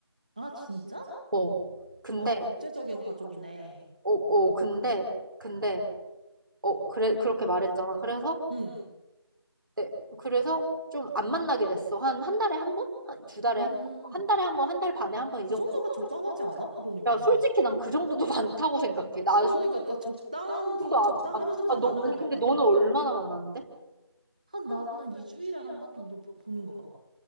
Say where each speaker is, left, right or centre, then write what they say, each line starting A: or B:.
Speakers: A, on the right; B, on the right.
A: 아, 진짜?
B: 어. 근데
A: 아, 국제적인 가족이네.
B: 어, 어, 근데 근데 어 그래 그렇게 말했잖아. 그래서
A: 응.
B: 네, 그래서 좀 안 만나게 됐어. 한, 한 달에 한 번? 한 두 달에
A: 음,
B: 한
A: 음,
B: 번? 한
A: 음.
B: 달에 한 번, 한 달 반에 한 번
A: 그
B: 이 정도.
A: 정도가 적당하지 않아? 그러니까.
B: 야, 솔직히 난 그 정도도 <laughs> 많다고 생각해. 나
A: 그러니까
B: 솔직히
A: 나 적당한 부,
B: 그도 안,
A: 적당하면서도
B: 안, 아,
A: 많은
B: 너, 아니,
A: 것 같아.
B: 근데 너는 얼마나 만나는데?
A: 한 나는 2주일에 한 번 정도 보는 것 같아.